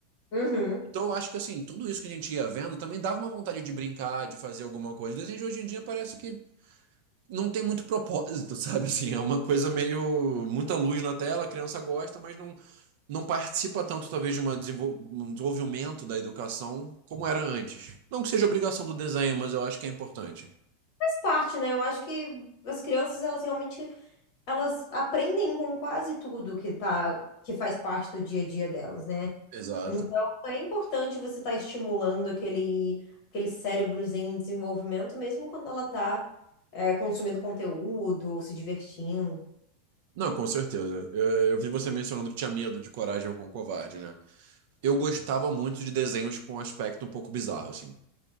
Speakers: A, on the left; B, on the right.
A: Uhum.
B: Então, eu acho que assim, tudo isso que a gente ia vendo também dava uma vontade de brincar, de fazer alguma coisa. O desenho de hoje em dia parece que não tem muito propósito, <laughs> sabe? Assim, é uma coisa meio muita luz na tela, a criança gosta, mas não não participa tanto, talvez, de uma desenvol- um desenvolvimento da educação como era antes. Não que seja obrigação do desenho, mas eu acho que é importante.
A: Faz parte, né? Eu acho que as crianças, elas realmente elas aprendem com quase tudo que tá, que faz parte do dia a dia delas, né?
B: Exato.
A: Então, é importante você estar estimulando aquele, aquele cérebrozinho em desenvolvimento, mesmo quando ela tá, é, consumindo conteúdo ou se divertindo.
B: Não, com certeza. Eu, eu vi você mencionando que tinha medo de Coragem com o Covarde, né? Eu gostava muito de desenhos com um aspecto um pouco bizarro, assim.